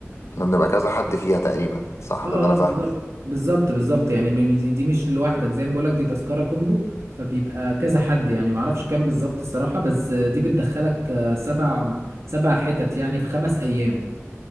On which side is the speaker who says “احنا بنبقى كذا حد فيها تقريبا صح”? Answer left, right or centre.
Left